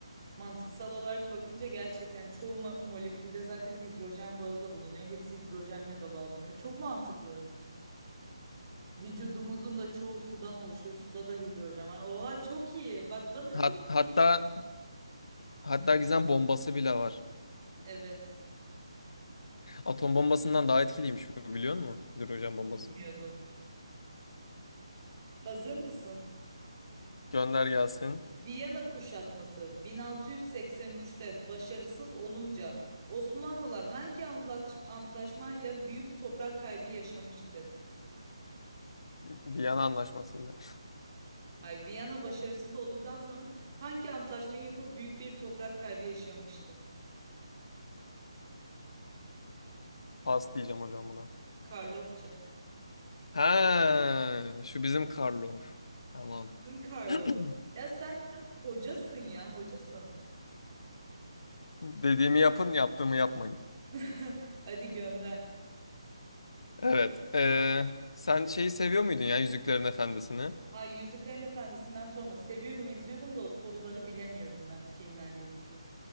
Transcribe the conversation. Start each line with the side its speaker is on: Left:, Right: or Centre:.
Right: Mantıksal olarak bakınca gerçekten çoğu mo- molekülde zaten hidrojen bağı da bulunuyor. Hepsi hidrojenle de bağlanıyor. Çok mantıklı. Vücudumuzun da çoğu sudan oluşuyor. Suda da hidrojen var. Oha çok iyi. Bak bana ne
Left: Hat-
Right: güzel
Left: hatta
Right: bir...
Left: hatta gizem bombası bile var.
Right: Evet,
Left: Atom bombasından daha etkiliymiş bu biliyor musun? Hidrojen
Right: onu
Left: bombası.
Right: bilmiyordum. Hazır mısın?
Left: Gönder gelsin.
Right: Viyana kuşatması 1683'te başarısız olunca Osmanlılar hangi anlaç- antlaşmayla büyük toprak kaybı yaşamıştır?
Left: Viyana anlaşmasıyla.
Right: Ay, Viyana başarısız olduktan sonra hangi antlaşmayı yapıp büyük bir toprak kaybı yaşamıştır?
Left: Pas diyeceğim hocam buna.
Right: Karlofça.
Left: Ha, şu bizim Karlov. Tamam.
Right: Bizim Karlo.
Left: <clears throat>
Right: Ya sen sen hocasın ya, hocasın.
Left: Dediğimi yapın, yaptığımı yapmayın.
Right: <laughs> Hadi gönder.
Left: Evet. Ee, sen şeyi seviyor muydun ya Yüzüklerin Efendisi'ni?
Right: Ay Yüzüklerin Efendisi'nden sorma. Seviyorum, izliyorum da o soruları bilemiyorum ben filmlerle ilgili.